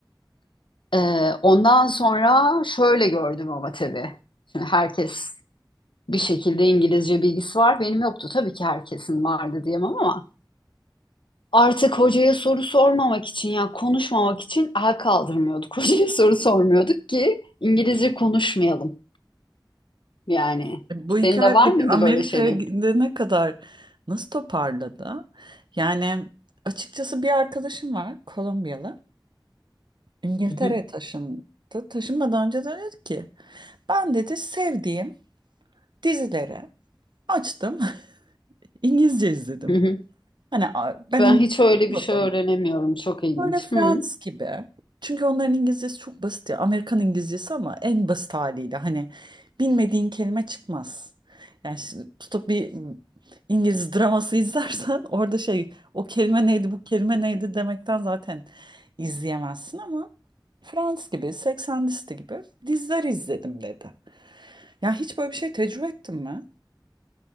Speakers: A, on the left; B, on the right.
A: Ee, ondan sonra şöyle gördüm ama tabii. Şimdi herkes bir şekilde İngilizce bilgisi var. Benim yoktu. Tabii ki herkesin vardı diyemem ama artık hocaya soru sormamak için ya konuşmamak için el kaldırmıyorduk. <laughs> Hocaya soru sormuyorduk ki İngilizce konuşmayalım. Yani
B: E, Bu hikaye
A: senin de var
B: peki
A: mıydı
B: Amerika'ya
A: böyle şeyin?
B: gidene kadar nasıl toparladı? Yani açıkçası bir arkadaşım var Kolombiyalı. İngiltere'ye
A: Hı hı,
B: taşındı. Taşınmadan önce de dedi ki ben dedi sevdiğim dizileri açtım <laughs> İngilizce izledim.
A: hı hı.
B: Hani a- ben
A: Ben
B: İngilizce
A: hiç öyle bir şey öğrenemiyorum. Çok ilginç.
B: Böyle Friends
A: Hı.
B: gibi. Çünkü onların İngilizcesi çok basit ya. Amerikan İngilizcesi ama en basit haliyle. Hani bilmediğin kelime çıkmaz. Yani şimdi tutup bir İngiliz draması izlersen <laughs> orada şey o kelime neydi bu kelime neydi demekten zaten izleyemezsin ama Friends gibi 80 listi gibi diziler izledim dedi. Ya hiç böyle bir şey tecrübe ettin mi?